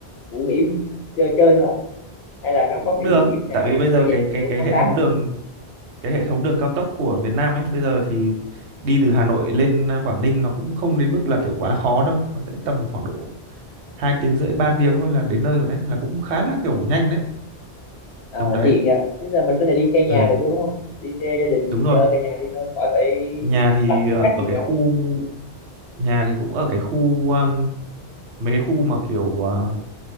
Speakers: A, on the left; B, on the right.
A: ngủ nghỉ chơi chơi thôi à? hay là nó có
B: cũng
A: cái
B: được,
A: địa điểm nào
B: tại vì bây giờ
A: theo dạng
B: cái
A: kiểu
B: cái cái
A: khám
B: hệ
A: phá
B: thống
A: không
B: đường cái hệ thống đường cao tốc của Việt Nam ấy, bây giờ thì đi từ Hà Nội lên Quảng Ninh nó cũng không đến mức là kiểu quá khó đâu, nó sẽ tầm khoảng độ 2 tiếng rưỡi 3 tiếng thôi là đến nơi rồi đấy, là cũng khá là kiểu nhanh đấy,
A: à,
B: tầm đấy.
A: tiện nha tức là mình có thể đi xe nhà
B: Ừ
A: được luôn đúng không đi xe gia đình
B: đúng rồi
A: chở cả nhà đi thôi khỏi phải
B: nhà thì
A: bắt xe
B: ờ,
A: khách
B: ở
A: gì
B: cái
A: cả
B: khu nhà thì cũng ở cái khu um, mấy cái khu mà kiểu ờ,